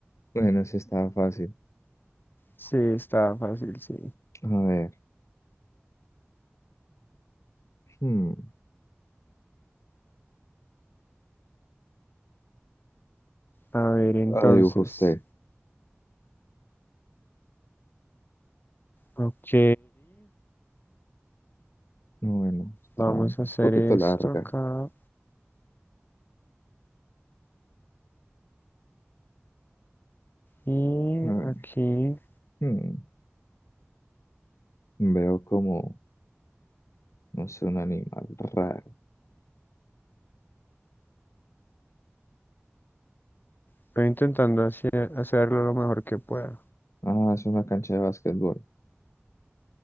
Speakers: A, on the left (about 85°); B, on the left (about 45°).
A: Bueno, sí está fácil.
B: Sí, está fácil, sí.
A: A ver. Hmm.
B: A ver, entonces,
A: La dibuja usted.
B: ok.
A: No, Bueno, está
B: Vamos
A: un
B: a hacer
A: poquito
B: esto
A: larga.
B: acá y
A: A ver.
B: aquí.
A: hmm, Veo como, no sé, un animal raro.
B: Estoy intentando hacer, hacerlo lo mejor que pueda.
A: Ah, es una cancha de básquetbol.